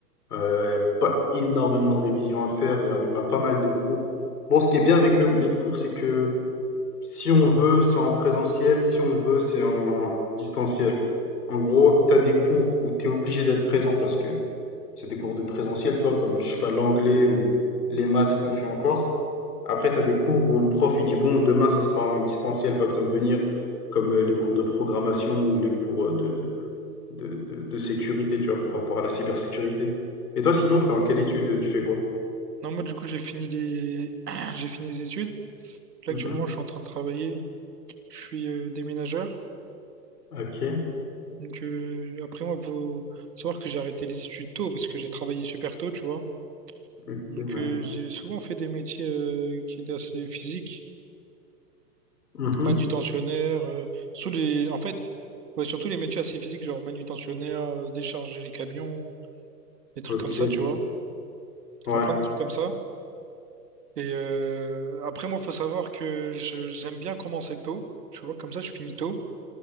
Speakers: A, on the left; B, on the right.
A: Euh, Il y a pas énormément de révisions à faire. il Y a, on a pas
B: Mhm,
A: mal de cours. Bon, ce qui est bien avec le- les cours, c'est que Si on veut, c'est en présentiel, si on veut, c'est en distanciel. En gros, tu as des cours où tu es obligé d'être présent parce que c'est des cours de présentiel, tu vois, comme je sais
B: mhm.
A: pas, l'anglais ou les maths qu'on fait encore. Après, tu as des cours où le prof il dit bon, demain ça sera en distanciel, pas besoin de venir, comme euh, les cours de programmation ou les cours euh, de, de, de, de, de sécurité, tu vois, par rapport à la cybersécurité. Et toi, sinon, t'es en quelle étude? Tu fais quoi?
B: Non, moi du coup, j'ai fini les... <clears throat> j'ai fini les études. Là,
A: Mhm.
B: actuellement, je suis en train de travailler. Je suis euh, déménageur.
A: Ok.
B: Donc euh, après moi, faut savoir que j'ai arrêté les études tôt parce que j'ai travaillé super tôt, tu vois.
A: Ok,
B: Donc,
A: ouais.
B: euh, j'ai souvent fait des métiers euh, qui étaient assez physiques,
A: Mhm.
B: manutentionnaire, euh, sous les... en fait, ouais, surtout les métiers assez physiques, genre manutentionnaire, euh, décharger les camions, des trucs
A: Ok.
B: comme ça, tu vois.
A: Ouais.
B: Enfin, plein de trucs comme ça. Et euh, après, moi, faut savoir que je, j'aime bien commencer tôt, tu vois, comme ça, je finis tôt.